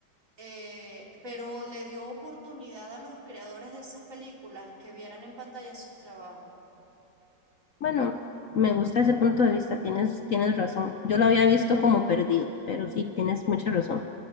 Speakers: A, on the right (about 45°); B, on the left (about 60°).
A: eh, pero le dio oportunidad a los creadores de esas películas que vieran en pantalla sus trabajos.
B: Bueno, me gusta ese punto de vista, tienes, tienes razón. Yo lo había visto como perdido, pero sí, tienes mucha razón.